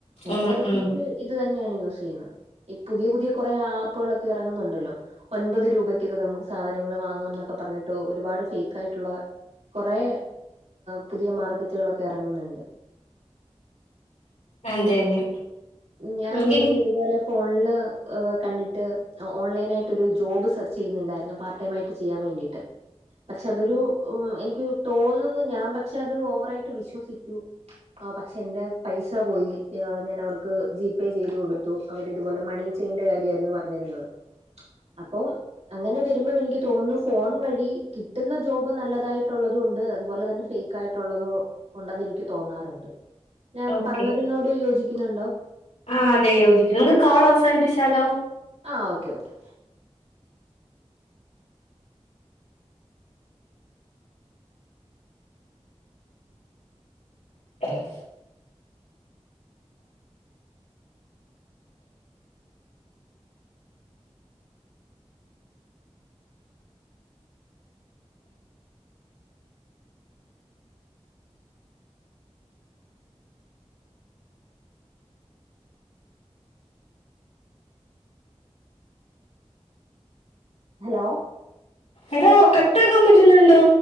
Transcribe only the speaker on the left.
ഉം
ഉം
അതെ അതെ
നമുക്കെങ്കി
ഓക്കെ
ആഹ് അതെ യോജിക്കുന്ന് കോള് അവസാനിപ്പിച്ചാലോ
<inaudible>
എഡോ കട്ടാക്കാൻ പറ്റുന്നുണ്ടോ